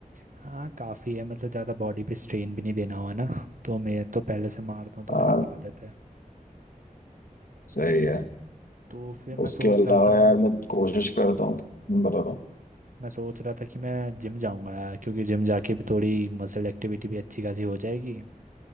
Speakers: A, on the right; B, on the left.
A: हाँ काफ़ी है मतलब ज़्यादा बॉडी पे स्ट्रेन भी नहीं देना हुआ ना तो मैं तो पहले से मारता हूँ तो
B: हाँ
A: मेरे को आदत है
B: सही है
A: तो फिर
B: उसके
A: मैं सोच
B: अलावा
A: रहा था
B: यार मैं कोशिश करता हूँ मैं बताता
A: मैं सोच रहा था कि मैं जिम जाऊँगा यार क्योंकि जिम जाके भी थोड़ी मसल एक्टिविटी भी अच्छी खासी हो जाएगी